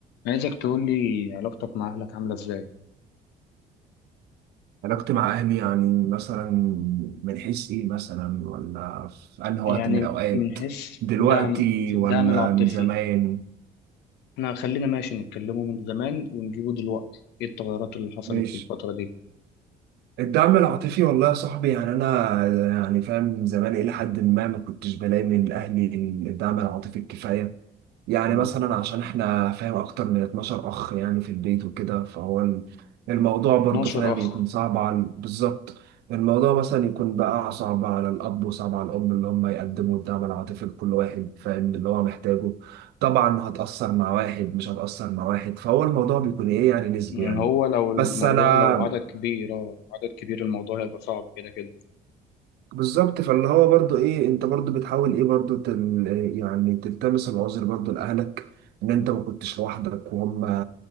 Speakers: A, on the left; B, on the right.
A: عايزك تقول لي علاقتك مع أهلك عاملة إزاي؟
B: علاقتي مع أهلي يعني مثلا من حيث إيه مثلا ولا في أنهي
A: يعني
B: وقت من الأوقات
A: من حيث
B: دلوقتي
A: دعم في الدعم
B: ولا
A: العاطفي،
B: من زمان
A: إحنا خلينا ماشي نتكلموا من زمان ونجيبه دلوقتي، إيه التغيرات اللي حصلت
B: ماشي
A: في الفترة دي؟
B: الدعم العاطفي والله يا صاحبي يعني أنا يعني فاهم من زمان إلى حد ما ما كنتش بلاقي من أهلي الدعم العاطفي الكفاية يعني
A: مم.
B: مثلا عشان احنا فاهم اكتر من 12 اخ يعني في البيت وكده فهو ال- الموضوع برضو
A: 12
B: فاهم
A: أخ،
B: يكون صعب على بالظبط الموضوع مثلا يكون بقى صعب على الاب وصعب على الام اللي هم يقدموا الدعم العاطفي لكل واحد فاهم اللي هو محتاجه طبعا هتأثر مع واحد مش هتأثر مع واحد فهو الموضوع بيكون ايه يعني نسبي
A: مم،
B: يعني
A: هو لو الموضوع
B: بس انا
A: لو عدد كبير أه لو عدد كبير الموضوع هيبقى صعب كده كده،
B: بالظبط فاللي هو برضو ايه انت برضو بتحاول ايه برضو تل يعني تلتمس العذر برضو لاهلك ان انت ما كنتش لوحدك وهم